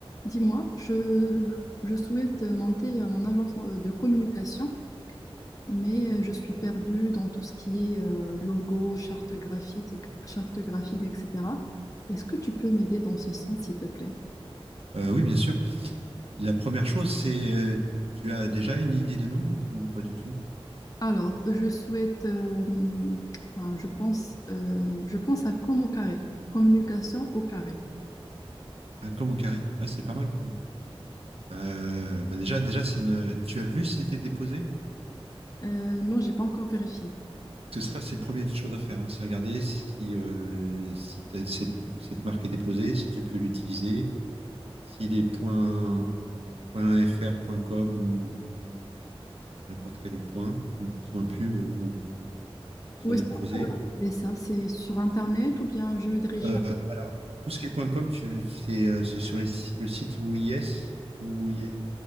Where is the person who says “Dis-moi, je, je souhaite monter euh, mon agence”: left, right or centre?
Left